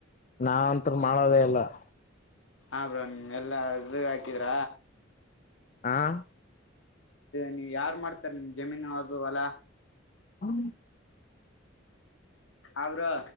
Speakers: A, on the left; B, on the left.
A: ನಾವಂತ ಮಾಡದೇ ಎಲ್ಲ. <inaudible>
B: ಹಾ ಬ್ರೋ ಎಲ್ಲಾ ಇದ ಹಾಕಿದ್ರ
A: ಹಾ <inaudible>
B: ನೀ ಯಾರ ಮಾಡ <unintelligible> ನಿಮ್ ಜಮೀನು ಅದು ಅಲ್ಲಾ
A: ಹ್ಮ <inaudible>
B: ಅವ್ರ